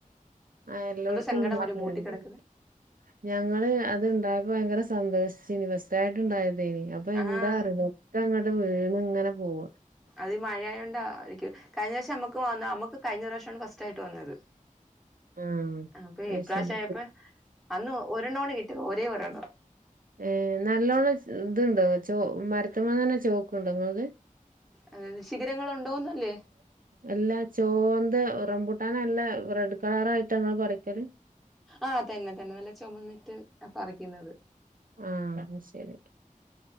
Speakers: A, on the right; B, in the centre.
A: ആഹ് എല്ലായിടത്തും
B: സങ്കടം
A: <unintelligible>
B: വരും മൂട്ടി കിടക്കുന്നെ
A: ഞങ്ങള് അത്ണ്ടായപ്പോ ഭയങ്കര സന്തോഷിച്ചനി ഫസ്റ്റ് യിട്ട് ഇണ്ടായത് അത അപ്പൊ
B: ആഹ്
A: എന്താ അറിയോ ഒക്കെ അങ്ങട്ട് വീണ് ഇങ്ങനെ പോകും
B: അത് മഴയ ണ്ടായിരിക്കും കഴിഞ്ഞ പ്രാവശം മക്ക്മ്മക്ക് കഴിഞ്ഞ പ്രാവശ്യമാണ് ഫസ്റ്റ് ആയിട്ട് വന്നത്
A: ആഹ്
B: അപ്പൊ
A: അത്
B: ഇപ്രാവശ്യയപ്പ
A: ശരി
B: അന്ന് ഒരെണ്ണാണ് കിട്ടിത് ഒരേ ഒരെണ്ണോ
A: ഏഹ് നല്ലോണം ഇത്ണ്ടോ ചോ മരത്തുമ്മ തന്നെ ചോക്ക് ഉണ്ടോ നിങ്ങളത്
B: അതായത് ശിഗിരങ്ങൾ ഉണ്ടോന്നല്ലേ
A: എല്ലാ ചോന്ത് റംപൂട്ടാന നല്ല റെഡ് കളറ ആയിട്ട് ങ്ങള് പറിക്കല്
B: ആഹ തന്നെ തന്നെ നല്ല ചുമന്നിട്ട് പറിക്കുന്നത്
A: ആഹ ശെരി